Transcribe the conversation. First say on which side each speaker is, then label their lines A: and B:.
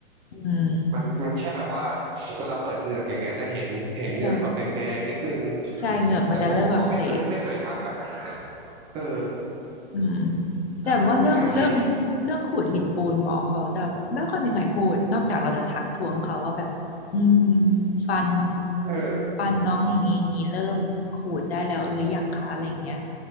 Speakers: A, on the left; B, on the right.
A: อืม
B: มันมันแค่แบบว่าเวลาเปิดเหงือกอย่างเงี้ยจะเห็นเห็นเหงือกแบบแดงๆนิดนึง
A: ใช่ใช่ใช่เหงือกมันจะเริ่มอักเสบ
B: แต่หมอก็ไม่เคยไม่เคยทักอ่ะเออ
A: อืมแต่ว่าเรื่องเรื่อง
B: น่าน่าน่าคิด
A: เรื่องขูดหินปูนหมอเขาจะไม่ค่อยมีใครพูดนอกจากเราจะทักท้วงเขาว่าแบบอืมฟัน
B: เออ
A: ฟันน้องอย่างนี้อย่างนี้เริ่มขูดได้แล้วหรือยังคะอะไรอย่างเงี้ย